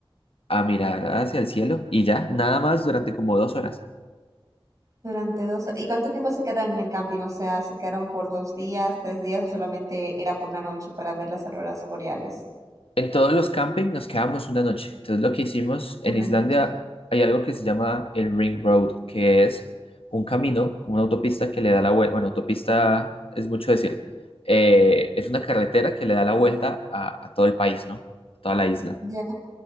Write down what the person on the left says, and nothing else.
a mirar hacia el cielo y ya, nada más durante como dos horas.
En todos los campings nos quedamos una noche. Entonces lo que hicimos en
Islandia
hay algo que se llama el Ring Road, que es un camino, como una autopista que le da la vuelta. Bueno, autopista es mucho decir. Eh, es una carretera que le da la vuelta a, a todo el país, ¿no? A toda la isla.